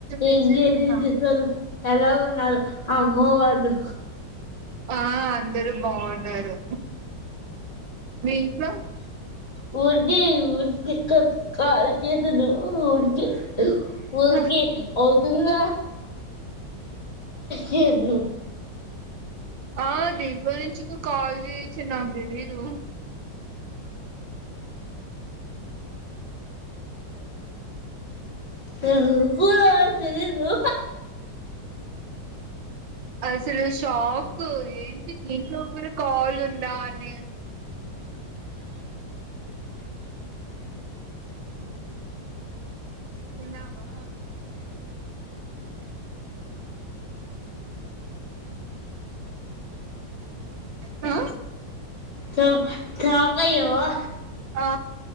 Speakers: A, on the left; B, on the right.
A: ఇం
B: బిజీగా ఉన్నా
A: చలు ఎలా ఉన్నారు అమ్మ వాళ్ళు
B: ఆ అందరూ బాగున్నారు మీ ఇంట్లో
A: హఊర్గ ఉఊరి ఎక్క కాాలకి అతను ఉఊర్కి ఉఊరికి
B: ఆహా
A: అవుతుంద తెదు
B: ఆ దీంట్లో నుంచి కూడా కాల్ జేయచ్చని నాకు తెలీదు
A: నాకు కూడా ఏం తెలీదు
B: అసలు షాక్ ఏంటి దీంట్లో కూడా కాల్ ఉందా అని విన్నావా హ
A: సో సాకయ్యవా
B: ఆ